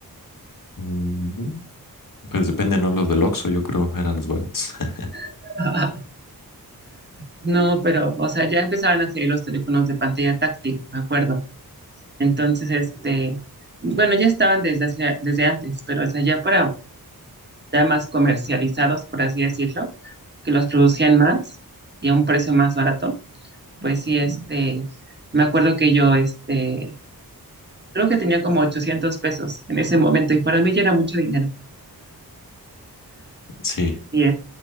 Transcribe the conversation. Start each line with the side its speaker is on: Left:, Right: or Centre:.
Left: Ujú. Pues depende, ¿no? Los del Oxxo, yo creo, eran los baratos. <laughs>
Right: <laughs> No, pero, o sea, ya empezaban a salir los teléfonos de pantalla táctil, me acuerdo. Entonces, este, bueno, ya estaban desde, hace- desde antes, pero, o sea, ya para, ya más comercializados, por así decirlo, que los producían más y a un precio más barato, pues sí, este, me acuerdo que yo, este, creo que tenía como 800 pesos en ese momento y para mí ya era mucho dinero.
Left: Sí,
Right: Y